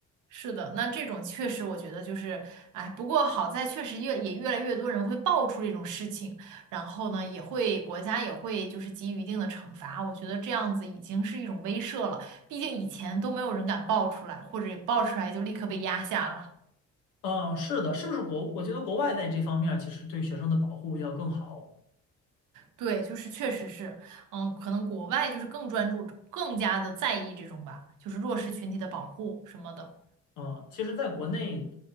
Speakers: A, on the right (about 80°); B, on the left (about 85°).
A: 是的，那这种确实我觉得就是，哎，不过好在确实越也越来越多人会爆出这种事情，然后呢，也会国家也会就是给予一定的惩罚。我觉得这样子已经是一种威慑了，毕竟以前都没有人敢爆出来，或者爆出来就立刻被压下了。
B: 嗯，是的，是不是国？我觉得国外在这方面儿其实对学生的保护要更好。
A: 对，就是确实是，嗯，可能国外就是更专注、更加的在意这种吧，就是弱势群体的保护什么的。
B: 嗯，其实在国内，